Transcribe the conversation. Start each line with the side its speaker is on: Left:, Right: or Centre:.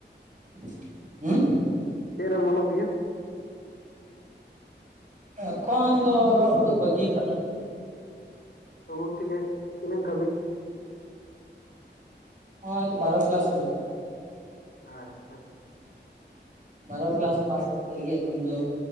Right: <inaudible> ᱦᱩᱸ?
Left: ᱪᱮᱜ ᱨᱮᱢ ᱚᱞᱚᱜ ᱜᱮᱭᱟ?
Right: ᱮᱠᱷᱚᱱ ᱫᱚ ᱚᱞᱚᱜ ᱫᱚ ᱵᱟᱹᱜᱤᱣ ᱠᱟᱜ ᱤᱧ᱾
Left: ᱛᱚᱵᱩ ᱛᱤᱱᱟᱹᱜ ᱛᱤᱱᱟᱹᱜ ᱫᱷᱟᱹᱵᱤᱡ?
Right: ᱦᱚᱸᱜᱚᱭ ᱛᱚ ᱵᱟᱨᱚ ᱠᱞᱟᱥ ᱦᱟᱵᱤᱡ᱾
Left: ᱟᱪᱪᱷᱟ᱾
Right: ᱵᱟᱨᱚ ᱠᱞᱟᱥ ᱯᱷᱟᱥ ᱠᱟᱛᱮ ᱤᱭᱟᱹ ᱮᱠᱷᱚᱱ ᱫᱚ